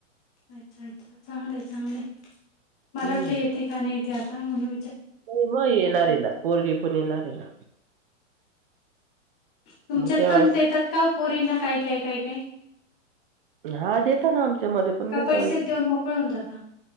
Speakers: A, in the centre; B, on the right (about 45°).
A: अच्छा अच्छा चांगलं हाय चांगल हाय मला
B: हम्म
A: वाटलं येते का नाही ते आता म्हणून
B: नाही मग येणार आहे ना पोरगी पण येणार आहे ना
A: तुमच्यात
B: मग तेव्हा
A: पण देतात का पोरींना काय काय काय काय
B: हा देता ना आमच्या मध्ये पण
A: का
B: देता
A: पैसेच
B: बाई
A: देऊन मोकळ होऊन जाता